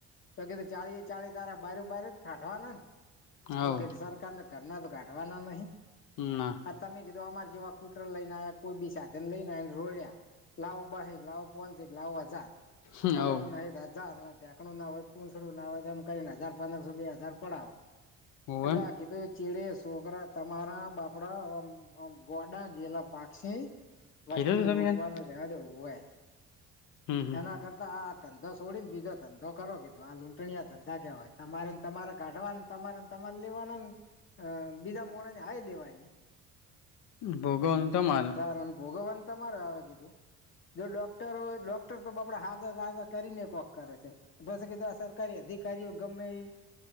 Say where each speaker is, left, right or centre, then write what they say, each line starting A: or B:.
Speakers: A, on the left; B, on the left.
A: તો કીધું ચાળીએ ચાળી તારા બારું બાર જ કાઢવાના ને
B: હવ
A: કો સરકારને ઘરના તો કાઢવાના નહી
B: ના
A: આ તમે કીધો અમાર જેવા કુટર લઈને કોઈ બી સાધન લઈનેને રોડ્યા લાવો બાહક લાવો પોસક લાવો હજાર
B: હવ
A: ફલાણું ન હજાર ણુ ના હોય પૂસડું ના હોય એમ કરીને હજાર પંદરસો બે હજાર પડાવો
B: હોવે
A: એટલે આકી તો ચીડે છોકરા તમારા બાપડા આમ ગોડા ગયેલા પાકસે
B: કીધું
A: વસ્તી
B: તું
A: ને
B: તમે
A: લૂંટવાનું
B: યાર
A: દેવું હોય
B: હમ હમ
A: એના આ ધંધો છોડીને બીજો ધંધો કરો કીધો આ લૂંટણી આ ધંધા કેવા હોય તમાર તમારે કાઢવા તમારે તમારે લેવાના ને બીજા ને હાય લેવાય
B: ભોગવવાનું તમારે
A: તારે ના ભોગવવાનો તમારે આવે કીધું જો ડોક્ટર હોય ડોક્ટર તોપડે હાજર તાજર કરીને એક વક કરે છે. બસ કીધું આ સરકારી અધિકારીઓ ગમે ઇ